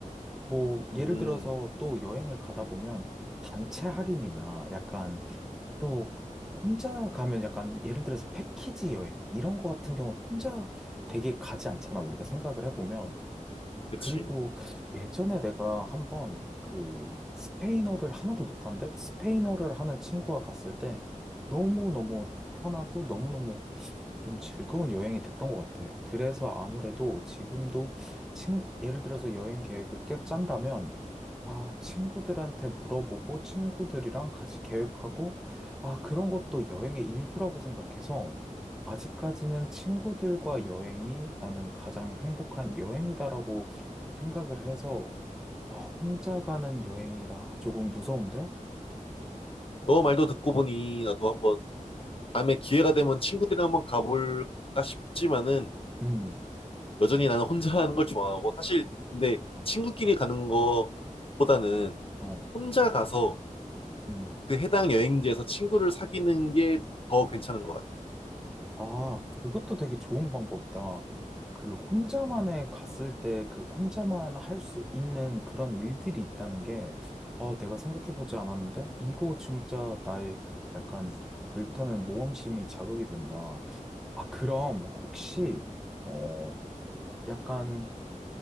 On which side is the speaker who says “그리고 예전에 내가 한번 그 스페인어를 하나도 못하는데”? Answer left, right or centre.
Centre